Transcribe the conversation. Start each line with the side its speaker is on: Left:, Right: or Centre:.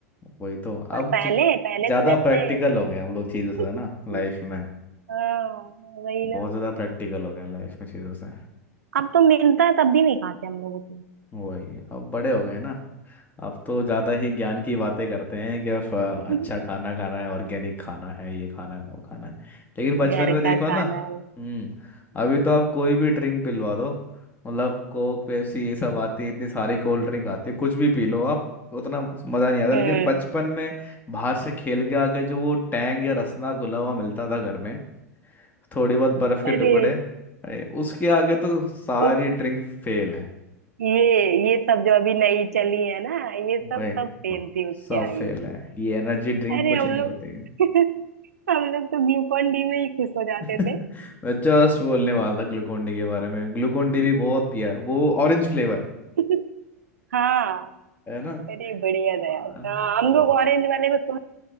Left: वही तो
Right: पर
Left: अब
Right: पहले
Left: ज-
Right: पहले
Left: ज्यादा
Right: तो जैसे
Left: प्रैक्टिकल हो गए हम लोग चीजों से
Right: <laughs>
Left: ना लाइफ में
Right: हाँ वही
Left: बहुत
Right: ना
Left: ज़्यादा प्रैक्टिकल हो गया लाइफ में चीज़ों से
Right: अब तो मिलता है तब भी नहीं खाते हम लोग उतना
Left: वही अब बड़े हो गए ना अब तो ज़्यादा ही ज्ञान की बातें करते हैं कि अब अ,
Right: <laughs>
Left: अच्छा खाना खाना है ऑर्गेनिक खाना है ये खाना है वो खाना है लेकिन बचपन
Right: घर
Left: में देखो
Right: का खाना
Left: ना हम्म अभी तो आप कोई भी ड्रिंक पिलवा दो मतलब कोक पेप्सी ये सब आती है इतनी सारी कोल्ड ड्रिंक आती है कुछ भी पी लो आप उतना मज़ा नहीं आता
Right: हम्म
Left: लेकिन बचपन में बाहर से खेल के आके जो वो टैंग या रसना घुला हुआ मिलता था घर में थोड़ी बहुत बर्फ के
Right: अरे
Left: टुकड़े ए, उसके आगे तो सारी
Right: उस
Left: ड्रिंक फेल है
Right: ये ये सब जो अभी नई चली है ना ये सब
Left: वही
Right: सब फेल थी उसके
Left: सब
Right: आगे
Left: फेल है ये एनर्जी ड्रिंक
Right: अरे
Left: कुछ
Right: हम
Left: नहीं
Right: लोग
Left: होते हैं
Right: <laughs> हम लोग तो ग्लूकॉन डी में ही खुश हो जाते
Left: <laughs>
Right: थे
Left: मैं जस्ट बोलने वाला था ग्लूकोन डी के बारे में ग्लूकोन डी भी बहुत पिया है वो ऑरेंज फ्लेवर
Right: <laughs> हाँ
Left: है ना
Right: अरे बढ़िया था
Left: हाँ,
Right: यार हाँ, हम
Left: बहुत
Right: लोग
Left: हो गया।
Right: ऑरेंज वाले को सोच